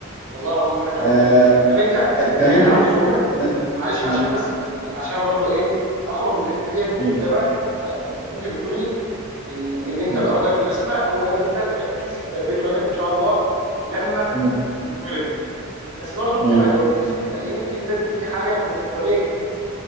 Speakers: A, on the right; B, on the left.
A: والله العظيم حاجه عظيمه
B: آه،
A: جدا يعني انت
B: ك- كلمني
A: يعني انت عاوز تقول
B: كل-
A: معلش
B: م-
A: عشان بس يعني عشان برضو ايه اخرج من الحته ديت باجابه
B: م-
A: انت انت كنت بتقول لي ان ان
B: م-
A: انت غرضك الاسمى هو ان انت تركز في تربيه ولادك ان شاء الله لما
B: م-
A: يتولدوا بس برضو انت
B: م-
A: ما جاوبتنيش كده لان انت كده اديتني حاجه مستقبليه جدا